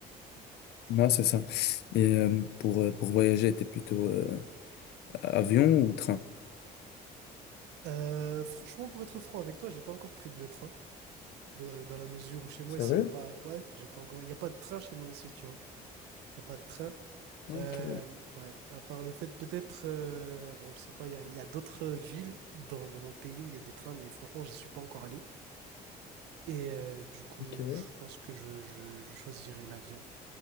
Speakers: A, on the left; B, on the right.
A: Non, c'est ça. Et euh, pour, euh, pour voyager, t'es plutôt euh, avion ou train?
B: Euh, franchement, pour être franc avec toi, j'ai pas encore pris de le train. de- dans la mesure où chez moi,
A: Sérieux?
B: ici, il n'y a pas. Ouais, j'ai pas encore. Il n'y a pas de train chez nous ici, tu vois. Il n'y a pas de train.
A: Ok,
B: Euh, ouais, à part le fait, peut-être. euh, bon, je sais pas, il y a, il y a d'autres villes dans, dans mon pays où il y a des trains, mais franchement, j'y suis pas encore allé. Et euh, du coup,
A: ok,
B: je pense que je, je, je choisirais l'avion.